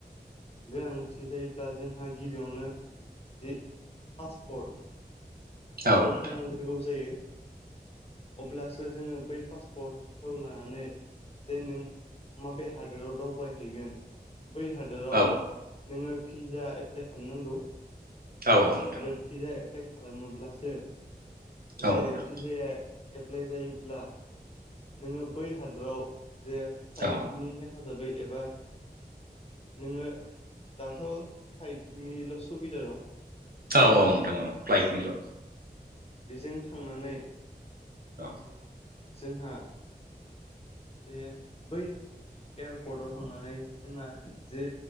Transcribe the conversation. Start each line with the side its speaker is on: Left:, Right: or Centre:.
Left: गोनांथि जायोब्ला जोंहा गिबियावनो जि पासपर्ट
Right: औ
Left: बेखौ
Right: नोंथां
Left: नांग्रोगौ जायो अब्लासो जोङो बै पासपर्टखौ लानानै जे नों माबे हादोराव दावबायहैगोन बै हादोराव
Right: औ
Left: नोङो पिज्जा एप्लाइ खालामनांगौ
Right: औ नोंथां
Left: आरो पिज्जा एप्लाइ खालामोब्लासो
Right: औ
Left: जे
Right: नोंथां
Left: फिजे एप्लाइ जायोब्ला नोङो बै हादराव जे फ्लाइटनि
Right: औ
Left: हेफाजाबै एबा नोङो दाथ' फ्लाइट निल' सुबिदा दं
Right: औ औ नोंथां औ फ्लाइटनिल
Left: बेजों थांनानै
Right: औ
Left: जोंहा जे बै एयारपर्टआव थांनानै जोंहा जे